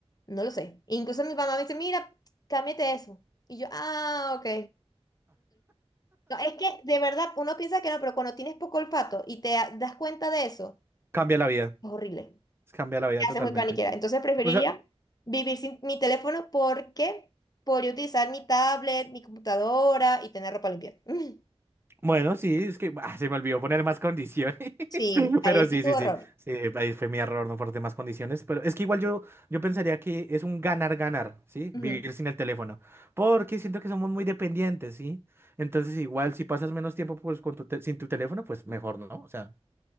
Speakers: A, on the left; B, on the right.
A: No lo sé. E Incluso mi mamá me dice, mira, cámbiate eso. Y yo, ah, ok. No, es que de verdad uno piensa que no, pero cuando tienes poco olfato y te a- das cuenta de eso,
B: <laughs> cambia la vida,
A: es horrible.
B: cambia la
A: Te
B: vida totalmente.
A: haces muy paniquera. Entonces preferiría
B: O sea,
A: vivir sin mi teléfono porque podría utilizar mi tablet, mi computadora y tener ropa limpia. <laughs>
B: Bueno, sí, es que ah, se me olvidó poner más condiciones,
A: Sí,
B: <laughs>
A: ahí
B: pero
A: es
B: sí,
A: que tu
B: sí,
A: error.
B: sí, sí, ahí fue mi error, no aporté más condiciones, pero es que igual yo, yo pensaría que es un ganar-ganar, ¿sí?
A: Ujú,
B: Vivir sin el teléfono, porque siento que somos muy dependientes, ¿sí? Entonces igual si pasas menos tiempo pues con tu te- sin tu teléfono, pues mejor, ¿no? O sea,